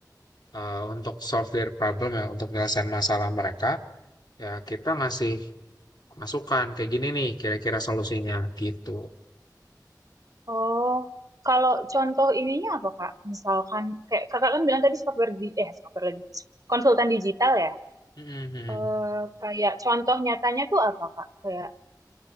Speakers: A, on the left (about 70°); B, on the right (about 55°).
A: eh, untuk solve their problem ya untuk menyelesaikan masalah mereka ya kita ngasih masukan kayak gini nih kira-kira solusinya gitu.
B: Oh, kalau contoh ininya apa Kak? Misalkan kayak Kakak kan bilang tadi software di eh software lagi. Konsultan digital ya.
A: Mhm.
B: Eh kayak contoh nyatanya tuh apa Kak? Kayak